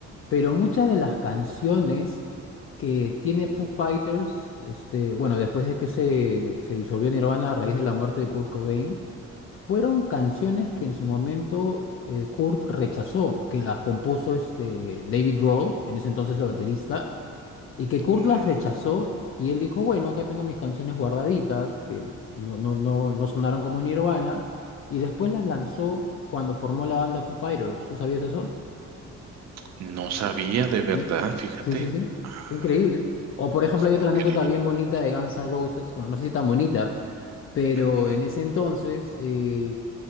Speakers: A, on the left; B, on the right.
A: pero muchas de las canciones que tiene Foo Fighters, este, bueno, después de que se, se disolvió Nirvana a raíz de la muerte de Kurt Cobain, fueron canciones que en su momento eh, Kurt rechazó, que las compuso este, David Grohl, en ese entonces el baterista, Y que Kurt
B: mm,
A: las rechazó y él dijo, bueno, acá tengo mis canciones guardaditas, que no, no, no, no sonaron como Nirvana, y después las lanzó cuando formó la banda Foo Fighters. ¿Tú sabías eso?
B: no sabía de verdad,
A: Sí,
B: fíjate.
A: sí, sí, sí.
B: Ah,
A: Fue increíble. O por ejemplo,
B: es
A: hay
B: increíble,
A: otra anécdota bien bonita de Guns N' Roses, bueno, no sé si tan bonita, pero
B: ujú,
A: en ese entonces, eh,